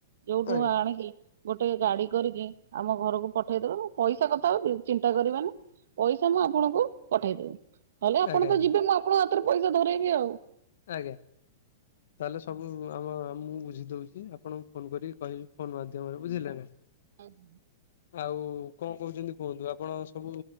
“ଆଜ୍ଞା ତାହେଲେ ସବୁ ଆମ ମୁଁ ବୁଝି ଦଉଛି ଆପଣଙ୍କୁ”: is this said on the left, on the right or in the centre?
Left